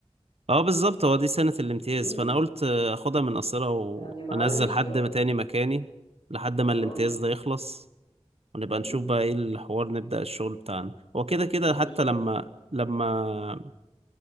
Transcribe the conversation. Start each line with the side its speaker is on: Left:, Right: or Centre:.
Right: اه بالظبط هو دي سنة الامتياز
Left: م-
Right: فانا قلت آه، اخدها من قصيرها
Left: يعني معلش
Right: وانزل حد
Left: اه
Right: ما تاني مكاني لحد ما الامتياز
Left: اه
Right: ده يخلص ونبقى
Left: م.
Right: نشوف بقى ايه الحوار نبدأ الشغل بتاعنا هو كده كده
Left: بالظبط
Right: حتى لما لما